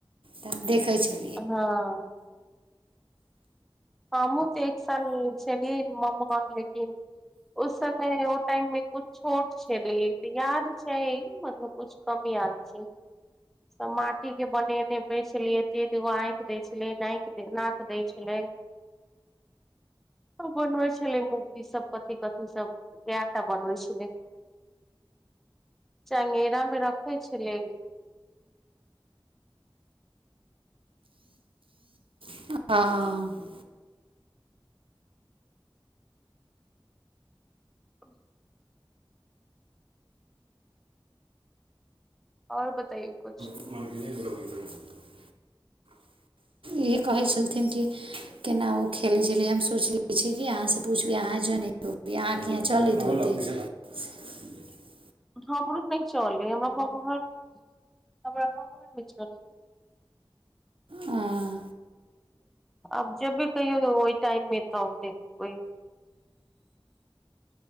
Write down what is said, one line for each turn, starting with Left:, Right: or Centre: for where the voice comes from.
Right: तब देखै छै
Centre: हँ ह मूँ तऽ एक साल छलिए <unintelligible> उस समय ओ टाइम मे कुछ छोट छैल याद छै मतलब कुछ कम याद छै सब माटी के बनेने छलिय एते एगो आँखि दय छले नाक दय छले सब बनबै छलै मूर्ति सब कथी कथी सब कैटा बनबै छलै चंगेरा मे रखैै छलियै
Right: <inaudible>
Centre: <inaudible> और बताइयों कुछ
Right: <inaudible> इएहे कहै छलथिन कि केना ओ खेलै छलै हम सोचले छी कि अहाँसँ पूछबी अहाँ जनत यहाँ के यहाँ चलैत होतै <inaudible>
Centre: हमरो नहि चलै हमरा ममहर हमरा ममहर नहि चल <unintelligible>
Right: हँ
Centre: अब जबे कहियौ वहि टाइम मे तब देखबै